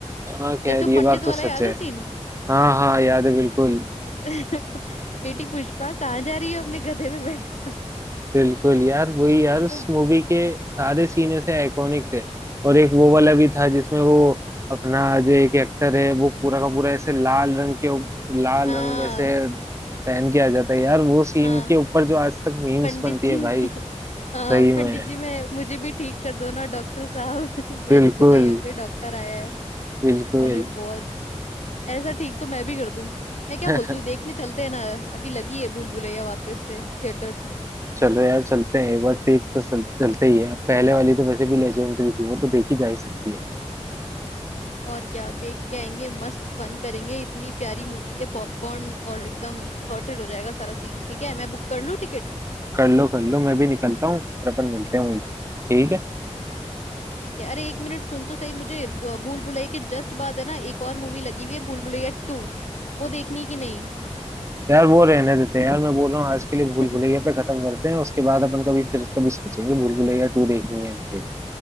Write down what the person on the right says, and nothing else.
हाँ खैर
ये
बात तो
सच
है
हाँ हाँ याद है बिल्कुल
बिल्कुल यार
वही
यार उस
मूवी के सारे सीन ऐसे आइकॉनिक थे और एक वो वाला भी था जिसमें वो अपना जो एक एक्टर है वो पूरा का पूरा ऐसे लाल
रंग के उप- लाल
रंग वैसे पहन के आ जाता है यार वो सीन
के ऊपर जो आज तक मीम्स
बनती
है भाई
सही में
बिल्कुल
बिल्कुल
<laughs>
चलो यार चलते हैं एक बार देख तो चल, चलते ही है पहले वाली तो वैसे भी लेजेंडरी थी वो तो देखी जा ही सकती है
कर लो कर लो मैं भी निकलता हूँ फिर अपन मिलते हैं वहीं पे ठीक है
यार वो रहने देते हैं यार मैं बोल रहा हूँ आज के लिए
भूल भुलैया पे खत्म करते हैं उसके बाद अपन कभी फिर कभी सोचेंगे भूल भुलैया टू देखनी है नहीं देखनी।